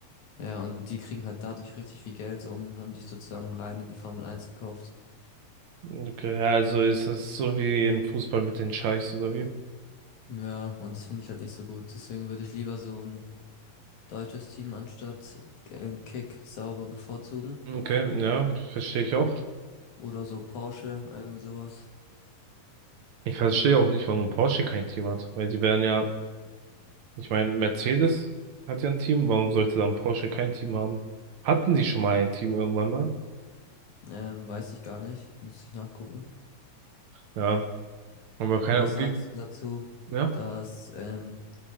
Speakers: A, on the left; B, on the right.
A: Ja, und die kriegen halt dadurch richtig viel Geld und haben sich sozusagen rein in die Formel Eins gekauft.
B: Okay, ja, also ist es so wie im Fußball mit den Scheichs oder wie?
A: Ja, und das finde ich halt nicht so gut. Deswegen würde ich lieber so ein deutsches Team anstatt äh, Kick sauber bevorzugen.
B: Okay, ja, verstehe ich auch.
A: Oder so Porsche, irgendwie sowas.
B: Ich verstehe auch nicht, warum Porsche kein Team hat, weil die wären ja Ich meine, Mercedes hat ja ein Team, warum sollte dann Porsche kein Team haben? Hatten die schon mal ein Team irgendwann mal?
A: Ähm, weiß ich gar nicht. Müsste ich nachgucken.
B: Ja, aber keine,
A: Was sagst du dazu,
B: ja,
A: dass, ähm,